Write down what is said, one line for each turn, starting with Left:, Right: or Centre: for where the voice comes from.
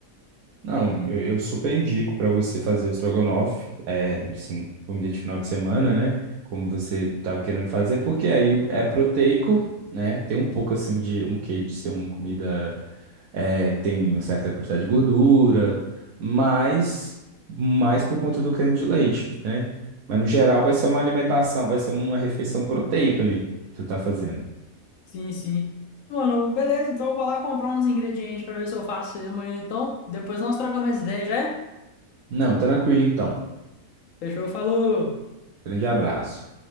Right: Não, eu, eu super indico para você fazer um estrogonofe, é, assim, comida de final de semana, né? Como você estava querendo fazer, porque aí é proteico, né? Tem um pouco assim de um quê de ser uma comida é, que tem uma certa quantidade de gordura, mas mais por conta do creme de leite, né? Mas no geral vai ser uma alimentação, vai ser uma refeição proteica ali que tu tá fazendo.
Left: Sim, sim. Mano, beleza, então eu vou lá comprar uns ingredientes pra ver se eu faço isso aí amanhã, então. Depois nós trocamos mais ideia, já é?
Right: Não, tranquilo então.
Left: Fechou, falou!
Right: Grande abraço.